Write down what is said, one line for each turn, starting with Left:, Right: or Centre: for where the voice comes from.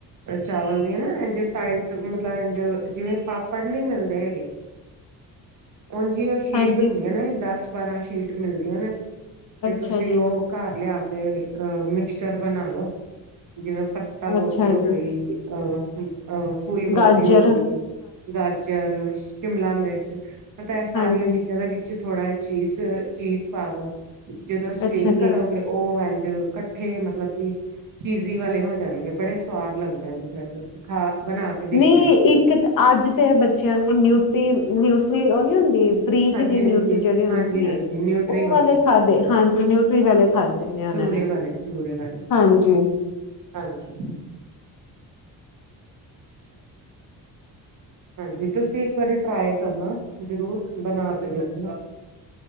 Right: ਚਾਵਲ ਦੀਆਂ ਨਾ ਇਝ ਟਾਈਟ ਮਤਲਬਜ ਜਿਵੇਂ ਪਾਪੜ ਨਹੀਂੀ ਮਿਲਦੇ ਹੈਗੇ ਉਝ ਉਹ ਸ਼ੀਟ
Left: ਹਾਂਜੀ
Right: ਹੁੰਦੀਆਂ ਨੇ ਦਸ ਬਾਰਾਂ ਸ਼ੀਟ ਮਿਲਦੀਆਂ ਨੇ ਤੇ
Left: ਅੱਛਾ
Right: ਤੁਸੀਂ
Left: ਜੀ
Right: ਉਹ ਘਰ ਲਿਆ ਕੇ ਤੇ ਅ ਮਿਕਚਰ ਬਣਾ ਲੋ ਜਿਵੇਂ ਪੱਤਾ ਗੋਭੀ
Left: ਅੱਛਾ
Right: ਹੋ
Left: ਜੀ
Right: ਗਈ ਅਹਮ ਅ ਫੁਲ ਗੋਭੀ
Left: ਗਾਜਰ
Right: ਹੋ ਗਈ ਗਾਜਰ ਸ਼ਿਮਲਾ ਮਿਰਚ ਅੱਛ ਮ ਤਾਂ ਇਹ ਸਾਰੀਆਂ
Left: ਹਾਂਜੀ
Right: ਚੀਜ਼ਾਂ ਦੇ ਵਿੱਚ ਥੜਾ ਚੀਜ਼ ਚੀਜ਼ ਪਾ ਦੋ ਜਦੋਂ ਸਟਿਮ
Left: ਅੱਛਾ
Right: ਕਰੋਗੇ
Left: ਜੀ
Right: ਉਹ ਕੱਠੇ ਮਤਲਬ ਕਿ ਚੀਜ਼ ਵਾਲੇ ਹੋ ਜਾਣਗੇ ਬੜੇ ਸਵਾਦ ਲੱਗਦੇ ਨੇ ਫਰ ਤੁਸੀ ਖਾ ਬਣਾ ਕੇ ਦੇਖਣਾ
Left: ਨਹੀਂ
Right: ਵਾਰ
Left: ਇੱਕ ਅੱਜ ਤੇ ਬੱਚਿਆਂ ਨੇ ਨਿਊਟੀ ਨਿਊ ਉਹ ਨਹੀਂ ਹੁੰਦੀ ਬਰੀਕ
Right: ਹਾਂਜੀ
Left: ਜਿ ਨਿਊਟਰੀ
Right: ਹਾਂਜੀ
Left: ਜਿਹੜੀ ਹੁੰਦੀ
Right: ਹਾਂਜੀ ਹਾਂਜੀ
Left: ਹੈ
Right: ਨਿਊਟਰੀ
Left: ਉਹ ਵਾਲੇ ਖਾਧੇ ਹਾਂਜੀ ਨਿਊਟਰੀ ਵਾਲੇ ਖਾਧੇ ਨੇ
Right: ਚੂਰੇ
Left: ਉਹਨਾਂ ਨੇ
Right: ਵਾਲੇ ਚੂਰੇ ਵਾਲੇ
Left: ਹਾਂਜੀ
Right: ਹਾਂਜੀ ਹਾਂਜੀ ਤੁਸੀਂ ਇੱਕ ਵਾਰੀ ਟਰਾ ਕਰਨਾ ਜ਼ਰੂਰ ਬਣਾ ਕੇ ਦੇਚਣਾ